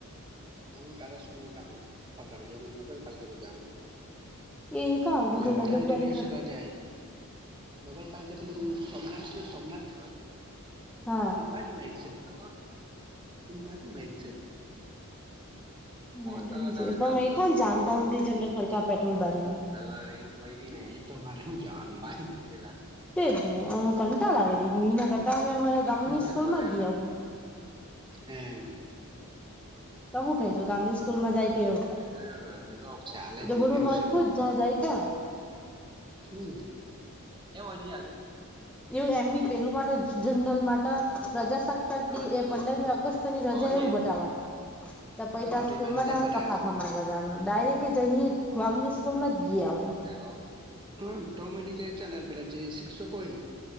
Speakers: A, on the right; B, in the centre.
A: અમુ તારામાં કામ પણ કરે જેવુ હુ નગર પાલિકા બાજુ જાવુ છુ.
B: એ કા આવલી
A: એટલે
B: તે
A: લહાણ
B: નગરપાલિકા
A: એ દિવસે રજા એ. નગર પાલિકા પેલુ સોમનાથ છેને સોમનાથ
B: હા
A: એની બાજુમા એક્ઝેક્ટ, એની બાજુમા એક્ઝેક્ટ. <inaudible>
B: મેં તો નહી
A: તારો
B: જોયુ, પણ
A: ચાલુ
B: મેં
A: હતો
B: કોણ જાહૂ ત્યાં હુધીને ઝડર ફરકા પેટ્રોલ બારી ને.
A: પેલા રિંગ કૈરીને, ઈ પેલા
B: તેજ ને, અ કંટાડો આવે દહું ના કરતા અમે અમારા ગામની
A: શરૂિયાત
B: સ્કૂલમાં
A: બનાયાને,
B: ગયા હું
A: એમ
B: તો હું થાય જો ગામ ની સ્કૂલ માં જાય તેઓ,
A: મે તો એવું કહ્યું મે
B: તે
A: કહ્યું ફોન ઊંચો કર મને
B: તો બડું
A: લઈ જવું
B: હરખું જ જ્યાં જાય તા.
A: હમ્મ એમ હજી આજુ
B: એવું એમ બી પેલું માટે જનરલ માટે પ્રજા શક્ત તક
A: કેમ
B: ડી
A: હજી
B: એ પંદરમી ઓગસ્ટત ની રજા
A: પાવન
B: એવું
A: આયવો
B: બતાવવાનું. તો પછી
A: હા
B: ત્યાં
A: તો
B: સ્કૂલ
A: એમાં
B: માં
A: રજા જ
B: તાહું
A: બતાવ્યો
B: કા ફાફા મારવા જવાનું. ડાયરેક જ અહીંયાજ ગામની સ્કૂલ માં જી આવવાનું.
A: એ બાવલો, હમ્મ તોમેની જાય ચાલે પેલા જે શિક્ષકો હોય ને